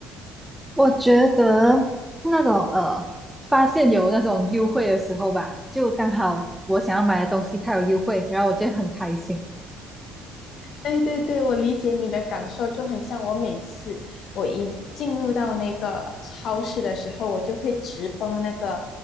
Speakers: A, in the centre; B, on the left.
A: 我觉得是那种呃，发现有那种优惠的时候吧，就刚好我想要买的东西它有优惠，然后我就会很开心。
B: 对对对，我理解你的感受，就很像我每次我一进入到那个超市的时候，我就会直奔那个